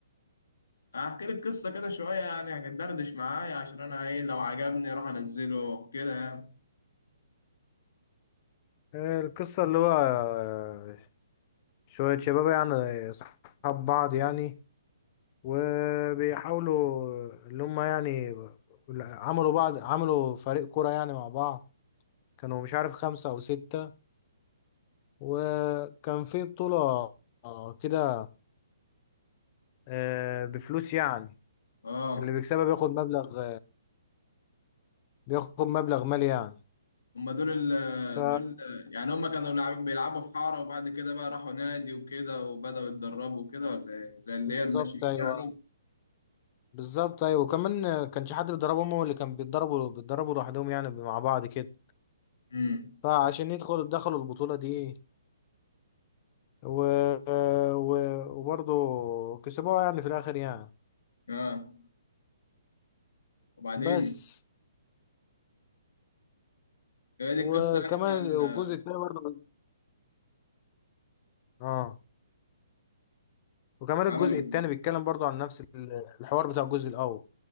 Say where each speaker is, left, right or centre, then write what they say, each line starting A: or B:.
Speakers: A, on the left; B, on the left.
A: هحكي لك قصه كده شويه يعني هتدردش معايا عشان انا ايه لو عجبني راح انزله كده يعني
B: آه، القصه اللي هو آه، شويه شباب يعني اصحاب بعض يعني وبيحاولوا اللي هم يعني عملوا بعض عملوا فريق كرة يعني مع بعض كانوا مش عارف خمسة أو ستة وكان في بطولة آه، كده آه، بفلوس يعني
A: اه
B: اللي بيكسبها بياخد مبلغ بياخد مبلغ مالي يعني
A: هما دول ال
B: ف
A: دول يعني هما كانوا لعب- بيلعبوا في حارة وبعد كده بقى راحوا نادي وكده وبدأوا يتدربوا وكده ولا ايه زي اللي
B: بالظبط
A: هي الناشئين
B: ايوه
A: يعني
B: بالظبط ايوه وكمان كانش حد بيدربهم هو اللي كان بيتدربوا بيتدربوا لوحدهم يعني مع بعض كده
A: امم
B: فعشان يدخلوا دخلوا البطولة دي و... و... وبرضه كسبوها يعني في الاخر يعني
A: اه وبعدين
B: بس
A: هي دي
B: وكمان
A: القصه يعني بتاع ال-
B: الجزء التاني برضه اه وكمان
A: عملوا
B: الجزء التاني بيتكلم برضه عن نفس ال- الحوار بتاع الجزء الاول